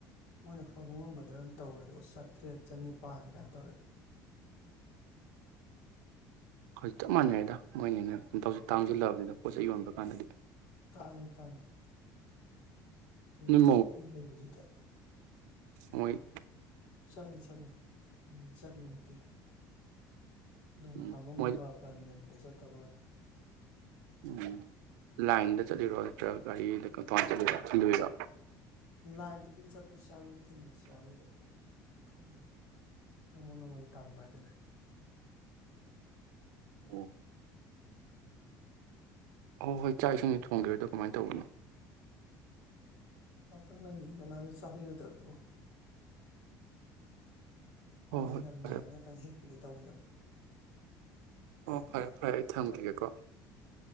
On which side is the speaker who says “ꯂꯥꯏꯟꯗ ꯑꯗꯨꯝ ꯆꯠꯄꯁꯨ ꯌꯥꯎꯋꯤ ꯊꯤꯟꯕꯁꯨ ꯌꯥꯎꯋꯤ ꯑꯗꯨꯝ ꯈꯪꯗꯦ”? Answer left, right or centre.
Left